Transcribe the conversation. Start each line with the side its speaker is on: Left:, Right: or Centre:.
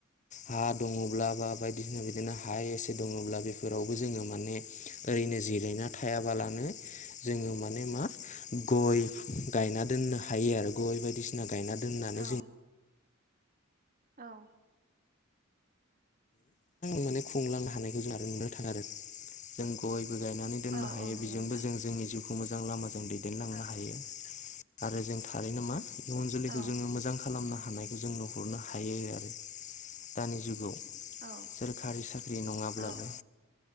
Left: हा दङब्ला बा बायदिसिना बिदिनो हा एसे दङब्ला बेफोरावबो जोङो माने ओरैनो जिरायना थायाबालानो जोङो माने मा? गय गायना दोननो हायो आरो गय बायदिसिना गायना दोननानै
Right: औ औ।
Left: माने खुंलांनो हानायखौ जों आरो नुनो थाङा आरो जों गयबो गायनानै दोननो
Right: औ
Left: हायो
Right: औ नंगौ
Left: बिजोंबो
Right: नोंथां
Left: जों जोंनि जिउ मोजां लामाजों दैदेनलांनो हायो आरो जों थारैनो मा? इयुन जोलैखौ
Right: औ
Left: जोङो मोजां खालामनो हानायखौ जों नुहरनो हायो आरो दानि जुगाव।
Right: औ
Left: सोरखारि साख्रि नङाब्लाबो
Right: औ